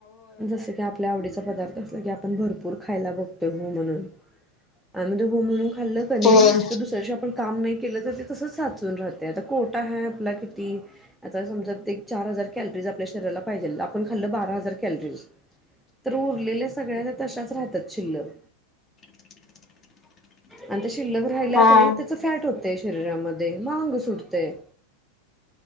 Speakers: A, in the centre; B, on the left.
A: जसं की आपल्या आवडीचा पदार्थ असला की आपण भरपूर खायला बघतोय हु म्हणून. आन द हू मून खाल्ल क नाही
B: होय होय
A: तर दुसऱ्या दिवशी आपण काम नाही केलं तर ते तसच साचून राहतय. आता कोटा हाय आपला किती? आता समजा ते एक चार हजार कॅलरीज आपल्या शरीराला पाहिजे आपण खाल्लं बारा हजार कॅलरीज तर उरलेल्या सगळ्या त्या तशाच राहत्यात शिल्लक.
B: <inaudible>
A: आणि त्या शिल्लक राहिल्या
B: हां
A: क नाही त्याच फॅट होतय शरीरामध्ये म आंग सुटतय.